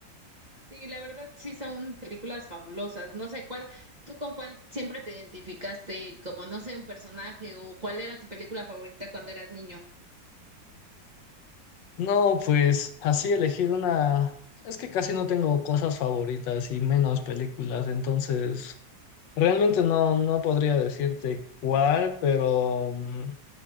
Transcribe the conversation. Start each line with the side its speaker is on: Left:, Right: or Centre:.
Right: Sí, la verdad sí son películas fabulosas. No sé cuál, tú con cuál siempre te identificaste, como no sé, un personaje o cuál era tu película favorita cuando eras niño.
Left: No, pues así elegir una, es que casi no tengo cosas favoritas y menos películas, entonces... Realmente no, no podría decirte cuál, pero mm,